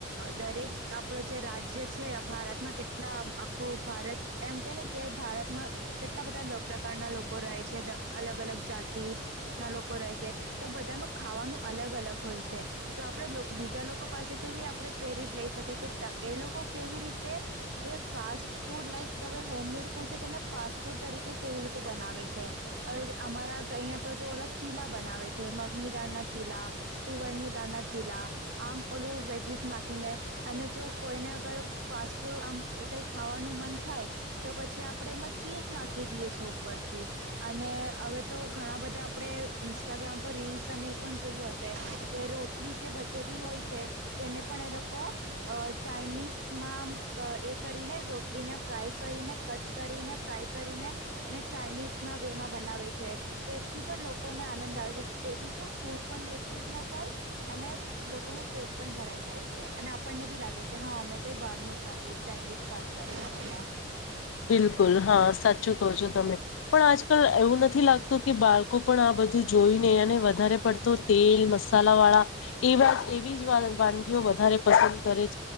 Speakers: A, on the right; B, on the left.
A: દરેક આપણો જે રાજ્ય છે, ભારતમાં કેટલા આખું ભારત એમ કે ને કે ભારતમાં કેટલા બધા પ્રકારના લોકો રહે છે, અલગ અલગ જાત તી ના લોકો રહે છે, તો બધાનું ખાવાનું અલગ અલગ હોય છે, તો આપડે બીજા લોકો પાસેથી આપડે પ્રેરિત લઈ શકી કે એ લોકો કેવી રીતે જે fast food like home made food છે તેને ફાસ્ટ ફૂડ તરીકે કેવી રીતે બનાવે છે, હવે અમારા અહીં તો જે ઓલગ ચીલા બનાવે છે, મગની દાળના ચીલા, તુવરની દાળના ચીલા, આમ લું વેજીસ નાખીને અને જો કોઈને અગર ફાસ્ટ ફૂડ આમ કંઈ ખાવાનું મન થાય તો પછી આપણે એમાં ચીઝ નાખી દઈ છે ઉપરથી અને હવે તો ઘણા બધા આપણે ઇન્સ્ટાગ્રામ પર રીલ્સ અને એ પણ જોયું હશે કે રોટલી- જે બચેલી હોય છે, તેને પણ એ લોકો ચાાઈનીઝમાં એ કરી રોટલીને ફ્રાય કરીને, કટ કરીને, ફ્રાય કરીને એને ચાઇનીઝના વે માં બનાવી છે, તે થી પણ લોકોને આનંદ આવે છે, તેથી શું ફૂડ પણ વેસ્ટેજ ન જાય અને લોકોનું પેટ પણ ભરાઈ જાય છે અને આપણને બી લાગે કે હા અમે કઈ બાર નું ખાધું ચાાઈનીઝ ખાધું એ
B: બિલકુલ હા સાચું કહો છો તમે પણ આજકાલ એવું નથી લાગતું કે, બાળકો પણ આ બધું જોઈને અનેને વધારે પડતો તેલ મસાલા વાળા એવા એવી જ વાનગીઓ વધારે પસંદ કરે